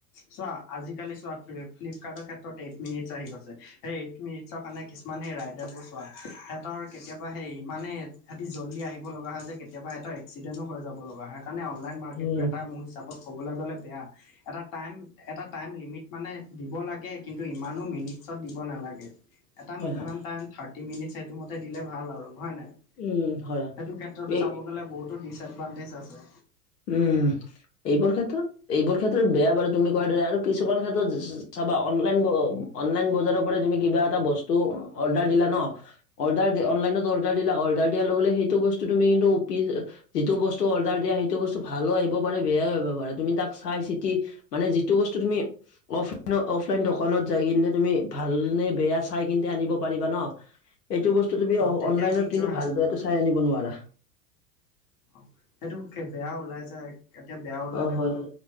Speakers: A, on the left; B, on the left.
A: চোৱা, আজিকালি চোৱা, ফ্লড ফ্লিপকাৰ্টৰ ক্ষেত্ৰত এইট মিনিটচ আহি গৈছে, সেই এইট মিনিট চৰ' কাৰণে কিছুমান সেই ৰাইডাৰবোৰ চোৱা সেহঁতৰ কেতিয়াবা সেই ইমানেই সেহঁতি জল্দি আহিব লগা হয় যে কেতিয়াবা এটা এক্সিডেণ্টো হৈ যাব লগা হয়। সেইকাৰণে অনলাইন মাৰ্কেটটো
B: উম
A: এটা মোৰ হিচাপত ক'বলৈ গ'লে বেয়া এটা টাইম এটা টাইম লিমিট মানে দিব লাগে, কিন্তু ইমানো মিনিটছত দিব নালাগে। এটা
B: হয়
A: মিনিমাম
B: হয়
A: টাইম থাৰ্টি মিনিটছ সেইটো মতে দিলে ভাল আৰু, হয় নাই?
B: উম হয়
A: সেইটো ক্ষেত্ৰতে
B: এই
A: চাব গ'লে বহুতো ডিচ এডভানটেজ আছে।
B: উম এইবোৰ ক্ষেত্ৰত এইবোৰ ক্ষেত্ৰত বেয়া বাৰু তুমি কোৱাৰ দৰে, আৰু কিছুমান ক্ষেত্ৰত চাবা অনলাইন ব অনলাইন বজাৰৰ পৰা তুমি কিবা এটা বস্তু অৰ্ডাৰ দিলা ন' অৰ্ডাৰ অনলাইনত অৰ্ডাৰ দিলা অৰ্ডাৰ দিয়াৰ লগে লগে সেইটো বস্তু তুমি কিন্তু অপি যিটো বস্তু অৰ্ডাৰ দিয়া সেইটো বস্ তু ভালো আহিব পাৰে, বেয়ও আহিব পাৰে। তুমি তাক চাই চিতি মানে যিটো বস্তু তুমি অফলাইন -অফলাইন- দোকানত যাই কিনলে তুমি ভালনে বেয়া চাই কিন্তে আনিব পাৰিবা ন এইটো বস্তু তুমি অ
A: তেতিয়া
B: অনলাইনত
A: কি কিবা
B: কিন্তু ভাল বেয়টো চাই আনিব নোৱাৰা।
A: অঁ সেইটো কে বেয়া ওলাই যায় এতিয়া বেয়া ওলালেতো
B: অ হয়